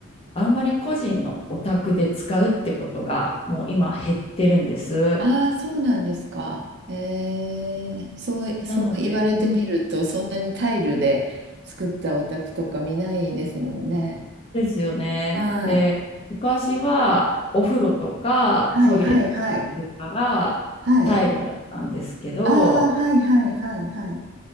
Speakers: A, on the left (about 30°); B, on the right (about 55°).
A: あんまり個人のお宅で使うってことが、もう今減ってるんです。
B: ああ、そうなんですか。ええ、そう、そう言われてみると、
A: なので、うん
B: そんなにタイルで作ったお宅とか見ないですもんね。
A: ですよね。
B: はい。
A: で、昔はお風呂とかトイレとかの床がタイルだったんですけど、
B: はい。はい。はい。はい。ああ、はい。はい。はい。はい。